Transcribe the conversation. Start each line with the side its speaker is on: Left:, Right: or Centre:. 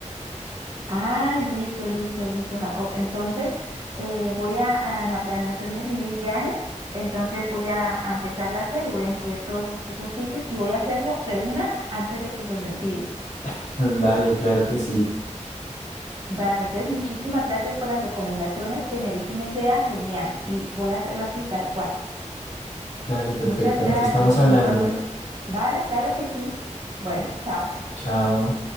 Right: ay, listo, listo, listo, Jacob. Entonces, eh, voy a, a- en la planeación de mi viaje, entonces voy a, a empezarla a hacer y voy a incluir todos esos sitios y voy a hacerlo de una antes de que se me olvide.
Left: <laughs> Dale, claro que sí.
Right: Vale, entonces muchísimas gracias por las recomendaciones que me diste una idea genial y voy a hacerlo así tal cual.
Left: Dale, perfecto.
Right: Muchas gracias.
Left: Nos estamos hablando.
Right: Entonces, vale, claro que sí. Bueno, chao.
Left: Chao.